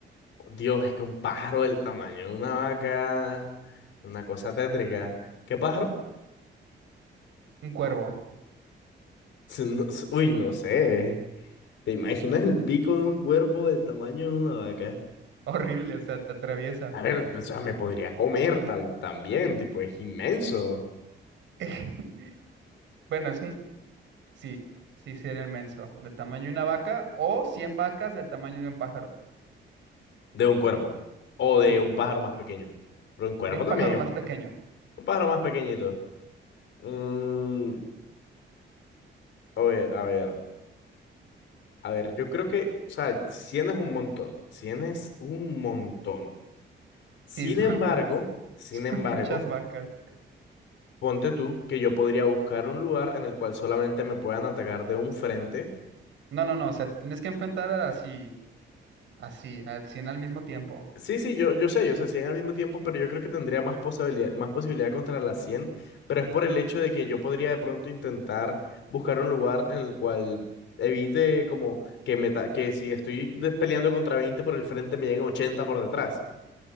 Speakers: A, on the left; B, on the right.
A: Dios, es que un pájaro del tamaño de una vaca, una cosa tétrica. ¿Qué pájaro?
B: Un cuervo. <laughs>
A: <laughs> No s- uy, no sé. ¿Te imaginas el pico de un cuervo del tamaño de una vaca?
B: Horrible, o sea, te atraviesa.
A: A ver, o sea, me podría comer tal, también, tipo, es inmenso
B: <laughs> Bueno, es un... Sí, sí, sí era inmenso. Del tamaño de una vaca o 100 vacas del tamaño de un pájaro.
A: de un cuervo o
B: Sí,
A: de un pájaro más pequeño. Pero un cuervo
B: de un
A: también.
B: pájaro más pequeño.
A: Un pájaro más pequeñito. Mm, a ver, a ver, a ver, yo creo que, o sea, 100 es un montón, 100 es un montón. Sin
B: Sí, son,
A: embargo,
B: <laughs>
A: sin
B: son
A: embargo,
B: muchas vacas.
A: ponte tú que yo podría buscar un lugar en el cual solamente me puedan atacar de un frente.
B: No, no, no, o sea, te tienes que enfrentar a- así, así, al 100 al mismo tiempo.
A: Sí, sí, yo, yo sé, yo sé 100 al mismo tiempo, pero yo creo que tendría más posibilidad, más posibilidad contra las 100. pero es por el hecho de que yo podría de pronto intentar buscar un lugar en el cual evite como que, me ta- que si estoy de- peleando contra 20 por el frente me lleguen 80 por detrás.